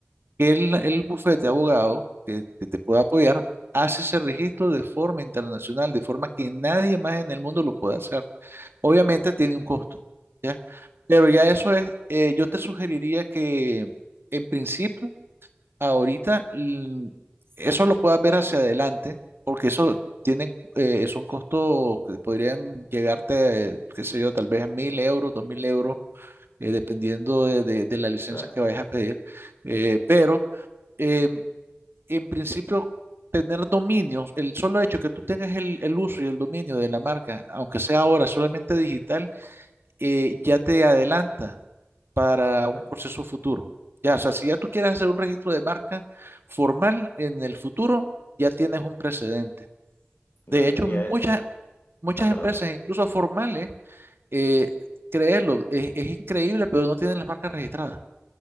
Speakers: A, on the right; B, on the left.
A: que el, el bufete de abogado que, que te pueda apoyar hace ese registro de forma internacional, de forma que nadie más en el mundo lo pueda hacer. Obviamente tiene un costo, ¿ya? Pero ya eso es, eh, yo te sugeriría que en principio ahorita mm, eso lo puedas ver hacia adelante, porque eso tienen, eh, son costos que podrían llegarte, qué sé yo, tal vez a mil euros, dos mil euros, eh, dependiendo de, de- de la licencia
B: claro,
A: que vayas a pedir. Eh, pero eh, en principio, tener dominios, el solo hecho que tú tengas el, el uso y el dominio de la marca, aunque sea ahora solamente digital, eh, ya te adelanta para
B: claro,
A: un proceso futuro. Ya, o sea, si ya tú quieres hacer un registro de marca formal en el futuro, ya tienes un precedente.
B: claro.
A: De hecho,
B: Y,
A: muchas,
B: eh,
A: muchas
B: ah, perdón.
A: empresas, incluso formales, eh, créelo, es, es increíble, pero no tienen las marcas registradas.